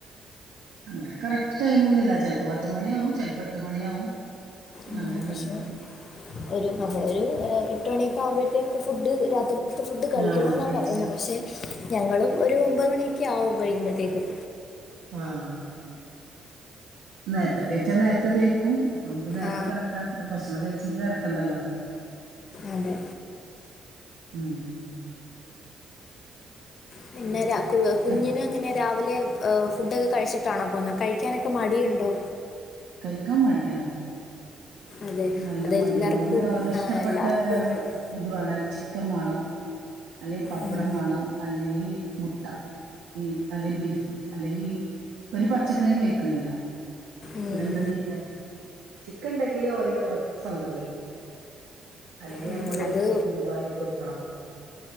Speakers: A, on the right; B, on the left.
A: അങ്ങനെ കറക്റ്റ് ടൈമൊന്നുല്ല ചിലപ്പോ പത്തുമണിയാവും ചിലപ്പോ എട്ട് മണിയാവും.
B: ഉ
A: അങ്ങനെയൊന്നുമില്ല
B: പക്ഷെ
A: ഉണ്ടാവും.
B: ഒരു നമ്മളൊരു എട്ട് മണിയൊക്കെ ആവുമ്പോഴത്തേക്ക് ഫുഡ് രാത്രി ഫുഡ് കഴിക്കണെന്നാ
A: ആ കഴിച്ചാൽ
B: പറയുന്നത് പക്ഷെ ഞങ്ങളും ഒരു ഒമ്പത് മണി ക്കാവും കഴിയുമ്പോഴത്തേക്കും.
A: ആഹ്. നേരത്തെ കയിച്ച നേരത്തെ ദഹി ക്കും നമുക്ക് നേരത്തെ
B: ആ
A: കിടക്കാത്ത ഭക്ഷണം കഴിച്ചി കിടക്കണ്ടല്ലോ.
B: അതെ.
A: ഉം.
B: പിന്നെ രാ കുഞ്ഞിന്
A: എപ്-
B: അങ്ങനെ രാവിലെ ഏഹ് ഫുഡൊക്കെ കഴിച്ചിട്ടാണോ പോന്നെ കഴിക്കാനൊക്കെ മടിയുണ്ടോ?
A: കയിക്കാൻ മടിയാണ്.
B: അതെ
A: നല്ല
B: അതെല്ലാർക്കും
A: മടിയാണ് ഓര് ഓരോ ഇഷ്ടപ്പെട്ട
B: ആഹ് എല്ലാർക്കും അങ്ങനെന്നെ
A: ഇത് വേണം ചിക്കൻ വേണം. അല്ലേ പപ്പടം
B: ഉം
A: വേണം അല്ലെങ്കിൽ മുട്ട. ഈ അല്ലെ ബീഫ് അല്ലെങ്കി ഒരു പച്ചക്കറിം കഴിക്കണില്ല.
B: ഉം
A: പിന്നെന്താ ചെയ്യാ ചിക്കൻ ഇണ്ടെങ്കില് ഓര് ഒ സ്വന്തം കഴിക്കും. അല്ലെങ്കി
B: ഉം
A: നമ്മള്
B: അത്
A: വാരി കൊടുക്കണം.